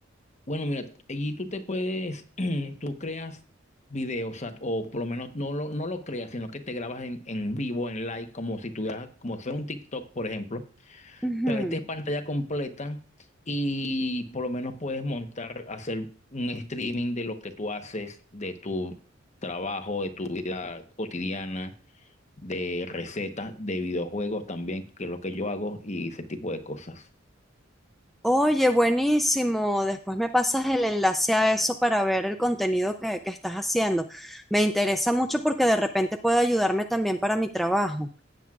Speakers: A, on the left; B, in the centre.
A: Bueno, mira, allí tú te puedes, <clears throat> tú creas videos, o sea, o por lo menos no lo, no lo creas, sino que te grabas en, en vivo, en live, como si tuvieras, como si fuera un TikTok, por ejemplo,
B: Ujú.
A: pero este es pantalla completa y por lo menos puedes montar, hacer un streaming de lo que tú haces, de tu trabajo, de tu vida cotidiana, de recetas, de videojuegos también, que es lo que yo hago y ese tipo de cosas.
B: Oye, buenísimo. Después me pasas el enlace a eso para ver el contenido que, que estás haciendo. Me interesa mucho porque de repente puede ayudarme también para mi trabajo.